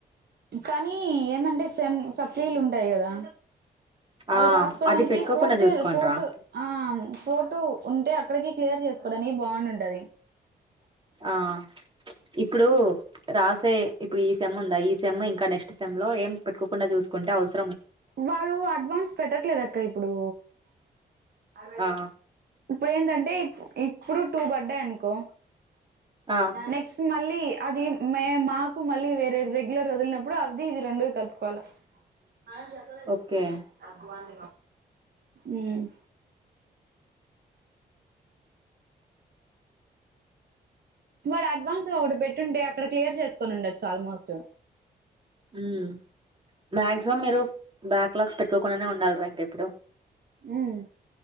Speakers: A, on the right; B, on the right.
A: కానీ ఏంటంటే సమ్ సప్లైలు ఉంటాయి కదా
B: ఆ
A: అవి రాసుకోడానికి
B: అది పెట్టుకోకుండా
A: ఫోర్త్ర్
B: చూసుకోండి
A: ఫోర్టు
B: రా
A: ఆ ఫోర్టు ఉంటే అ అక్కడికి క్లియర్ చేసుకోవడానికి బాగుంంటది
B: ఆ ఇప్పుడు రాసే ఇప్పుడు ఈ సేమ్ ఉందా ఈ సేమ్ ఇం ఇక నెస్ట్ సెమ్ లో ఏం పెట్టుకుండా చూకుంటే అవసం
A: వారు అడ్వాన్స్ పెట్టట్లేదు అక్క ఇప్ ప్పుడు అరవటే
B: ఆ
A: ఇప్పుడు ఏందంటే ఇప్పుడు టూ పడ్డాయి అనుకో
B: ఆ
A: నెక్స్ట్ మ మళ్ళీ అది మే మాకు మళ్ళీ వేరే రెగ్యులర్ వదిలినప్పుడు అది ఇది రెండు కలుపుకోవాల ఆ చెప్పలే
B: ఓకే
A: అగవాన్ ఉమ్ వాడు అడ్వాన్స్ గా ఒకటి పెట్టుంటే అక్కడ క్లియర్ చేసుకొని ఉండొచ్చు ఆల్మోస్ట్
B: ఉమ్ మక్సిమమ్ మీరు బ్యాక్లాగ్స్ పెట్టుకోకుండానే ఉండాలి రా ఇంకా ఇప్పుడు
A: ఉమ్